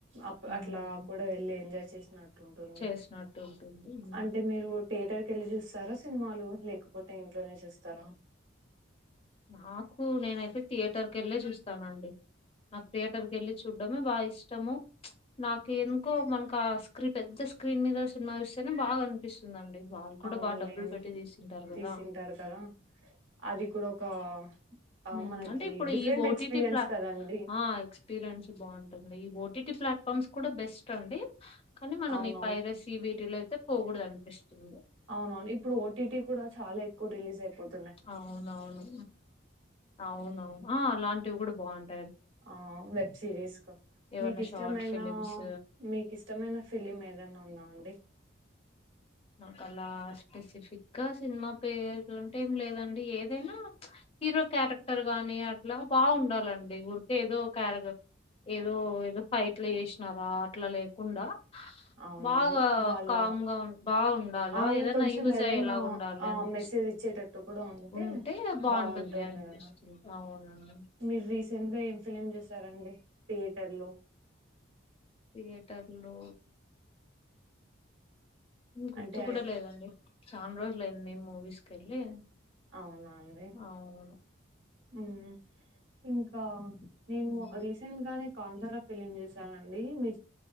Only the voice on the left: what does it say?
ఉమ్
చేసినట్టు ఉంటుంది ఉమ్.
నాకు నేనైతే థియేటర్ కి వెళ్లి చూస్తానండి నాకు థియేటర్ కి వెళ్ళి చూడడమే బాగా ఇష్టము నాకు ఎందుకో మనకు ఆ స్క్రీ పెద్ద స్క్రీన్ మీద సినిమా ఇస్తేనే బాగా అనిపిస్తుందిండి వాళ్ళు కూడా
బాగా డబ్బులు పెట్టి తీసుంటారు కదా
ఉమ్.
అంటే ఇప్పుడు
ఈ ఓటీటీ
ప్లా
ఆ ఎక్స్పీరియన్స్ బాగుంటుంది ఈ ఓటీటీ ప్లాట్ఫామ్స్ కూడా బెస్ట్ అండి కానీ మనం
ఈ పైరస్ ఈ వీటిలో అయితే పోకూడ అనిపిస్తుంది
అవునవును అవునవును అలాంటివి కూడా బాగుంటాయి
ఏవన్నా
షార్ట్ ఫిలిమ్స్
నాకు అలా స్పెసిఫిక్ గా సినిమా పేర్లంటే ఏం లేదండి ఏదైనా హీరో క్యారెక్టర్ గాని అట్లా బా ఉండాలండి ఊరిక ఏదో క్యారెక్టర్ ఏదో ఏదో ఫైట్లు చేసినారా అట్లా లేకుండా
బాగా
కామ్ గా ఉం బాగుండాలా
ఏదనా
యూజ్
అయ్యేలాగా ఉండాలి
అనిపి
ఉంటే బాగు
అనిపిస్తు
అవును అండి
థియేటర్ లో గుర్తు
కూడా లేదండి చానా రోజులుయింది మూవీస్ క వెళ్ళి
అవును
ఉమ్.